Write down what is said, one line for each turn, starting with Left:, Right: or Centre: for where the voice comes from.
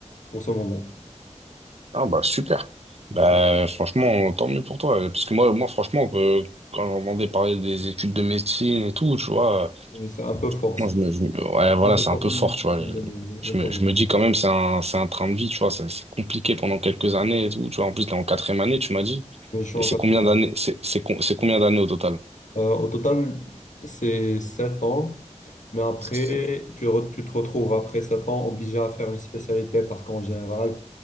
Left: pour ce moment.
Right: Ah bah super.
Left: Je
Right: Bah
Left: suis-
Right: franchement, tant mieux pour toi. Parce que moi, moi franchement, euh, quand j'entendais parler des études de médecine et tout, tu vois, euh,
Left: C'est un peu fort. ça.
Right: moi je me, je me- ouais, voilà,
Left: C'est un peu
Right: c'est
Left: fort
Right: un peu
Left: comme,
Right: fort, tu vois.
Left: comme
Right: Je,
Left: dans le-
Right: je me,
Left: dans le-
Right: je me dis quand même, c'est un, c'est un train de vie, tu vois. C'est c'est compliqué pendant quelques années et tout, tu vois. En plus, t'es en quatrième année, tu m'as dit.
Left: Oui, je suis en
Right: Et c'est
Left: quatrième.
Right: combien d'années, c'est, c'est, com- c'est combien d'années au total?
Left: Euh, au total, c'est sept ans. Mais après,
Right: C'est sept ans.
Left: tu, re- tu te retrouves après sept ans obligé à faire une spécialité parce qu'en général,